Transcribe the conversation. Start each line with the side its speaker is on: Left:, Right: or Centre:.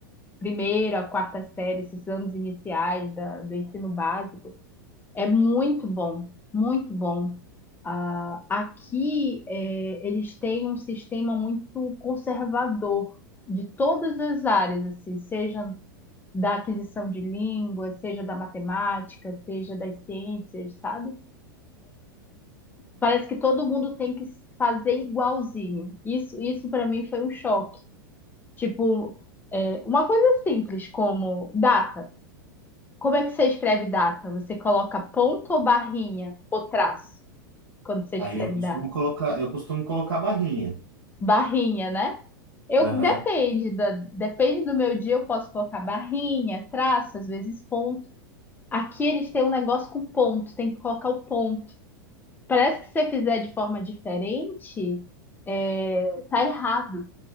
Left: primeiro, a quarta série, esses anos iniciais da- do ensino básico. É muito bom, muito bom. Ah, aqui é, eles têm um sistema muito conservador de todas as áreas, assim, seja da aquisição de línguas, seja da matemática, seja das ciências, sabe? Parece que todo mundo tem que fazer igualzinho. Isso, isso para mim foi um choque. Tipo, é, uma coisa simples como data. Como é que você escreve data? Você coloca ponto ou barrinha ou traço? quando você
Right: Aí
Left: escreve
Right: eu costumo
Left: da
Right: colocar, eu costumo colocar barrinha.
Left: barrinha, né? Eu
Right: Aham.
Left: depende da, depende do meu dia, eu posso colocar barrinha, traço, às vezes ponto. Aqui eles têm um negócio com ponto, tem que colocar o ponto. Parece que se você fizer de forma diferente, é, tá errado.